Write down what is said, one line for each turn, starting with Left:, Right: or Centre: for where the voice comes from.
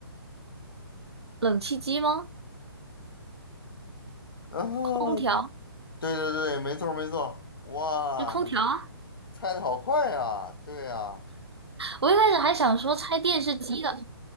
Right: 冷气机吗？
Left: 啊，
Right: 空调，
Left: 对对对，没错儿没错儿哇，
Right: 就空调啊。
Left: 你猜的好快呀，对啊，
Right: 我一开始还想说拆电视机的。